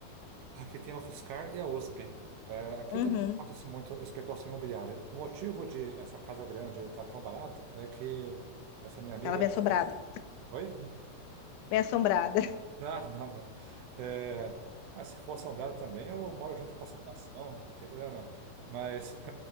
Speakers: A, on the right; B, on the left.
A: Aqui tem a UFSCar e a USP. É, aqui
B: Uhum.
A: também acontece muito especulação imobiliária. O motivo de essa casa grande aí estar tão barata é que essa minha amiga.
B: Ela é bem assombrada.
A: né, Oi?
B: Bem assombrada.
A: <laughs> Não, não, não. É, ah, se for assombrado também, eu moro junto com a assombração, não tem problema não. Mas <laughs>